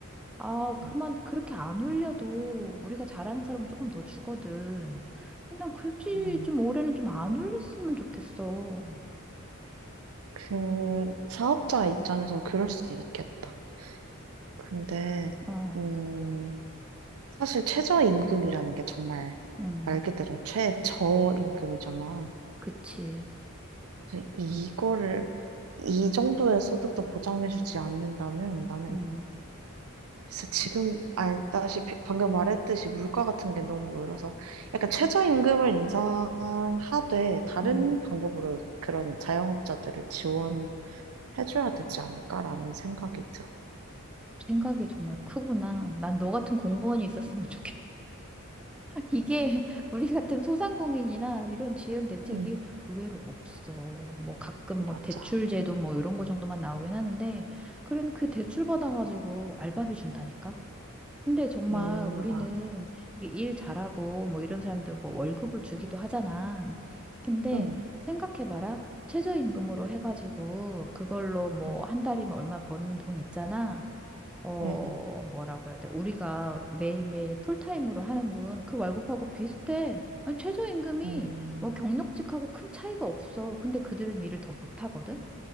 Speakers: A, in the centre; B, on the right.
A: 아, 그만,
B: 응.
A: 그렇게 안 올려도 우리가 잘하는 사람은 조금 더 주거든. 그냥 굳이
B: 응.
A: 좀 올해는 좀 안 올렸으면 좋겠어.
B: 그 사업자 입장에서는 그럴 수 있겠다. 근데
A: 어,
B: 음, 사실 최저임금이라는 게 정말
A: 음,
B: 말 그대로 최저임금이잖아.
A: 그치.
B: 근데 이거를 이 정도의 소득도 보장해주지 않는다면 나는
A: 음,
B: 글쎄 지금 알다시피 방금 말했듯이 물가 같은 게 너무 올라서 약간 최저임금을 인상하되 다른
A: 음.
B: 방법으로 그런 자영업자들을 지원해줘야 되지 않을까라는 생각이 들어.
A: 생각이 정말 크구나. 난 너 같은 공무원이 있었으면 <laughs> 좋겠어. 이게 <laughs> 우리 같은 소상공인이나 이런 지연 대책이
B: 음,
A: 의외로 없어. 뭐 가끔
B: 맞아.
A: 뭐 대출 제도 뭐 이런 거 정도만 나오긴 하는데 그런 그 대출 받아가지고 알바비 준다니까. 근데 정말
B: 음,
A: 우리는
B: 아,
A: 이게 일 잘하고 뭐 이런 사람들 뭐 월급을 주기도 하잖아. 근데
B: 음,
A: 생각해봐라 최저임금으로 해가지고 그걸로 뭐
B: 음,
A: 한 달이면 얼마 번 돈 있잖아. 어,
B: 음,
A: 뭐라고 해야 돼? 우리가 매일매일 풀타임으로 하는 분, 그 월급하고 비슷해. 아니, 최저임금이
B: 음,
A: 뭐 경력직하고 큰 차이가 없어. 근데 그들은 일을 더 못하거든?